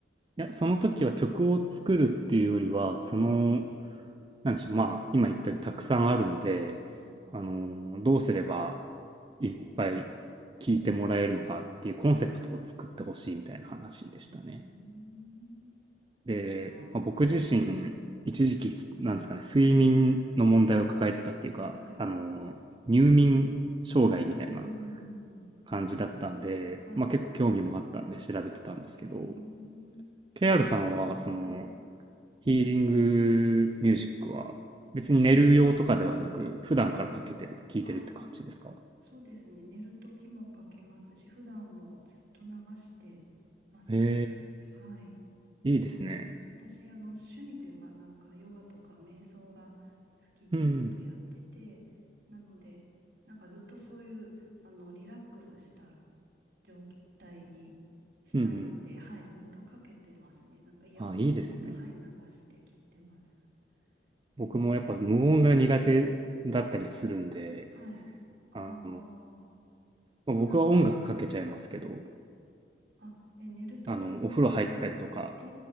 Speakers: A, on the right; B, on the right.
A: いや、その時は曲を作るっていうよりは、その、
B: うん、
A: なんでしょう、まあ、今言ったようにたくさんあるんで、
B: うん。
A: あの、どうすればいっぱい聴いてもらえるのかっていうコンセプトを作ってほしいみたいな話でしたね。
B: うーん。
A: で、
B: わあ、
A: まあ、
B: すごい。
A: 僕自身、一時期、なんですかね、睡眠の問題を抱えてたっていうか、
B: はい。
A: あの、入眠障害みたいな
B: うーん。
A: 感じだったんで、
B: はい。
A: まあ結構興味もあったんで調べてたんですけど、
B: ええ
A: KR さんは、その、
B: はい。
A: ヒーリングミュージックは、別に寝る用とかではなく、普段からかけてる、聞いてるって感じですか
B: あ、そうですね。寝るときもかけますし、普段もずっと流してますね。
A: へ
B: はい。
A: え、いいですね。
B: でも私、あの、趣味というか、なんか、ヨガとか瞑想が好きでずっとやってて、
A: うん、
B: なので、なんかずっとそういう、あの、リラックスした状態にしたいので、
A: うん、うん。
B: はい、ずっとかけてますね。なんか、イヤホンでずっと、
A: あ、いいですね。
B: はい、流して聞いてます。えー、
A: 僕もやっぱ無音が苦手だったりするんで、
B: はい。ああ、
A: あ
B: そうなんですね。
A: まあ、僕は音楽かけちゃいますけど、
B: あ、え、寝るときも何か。
A: あの、お風呂入ったりとか、
B: え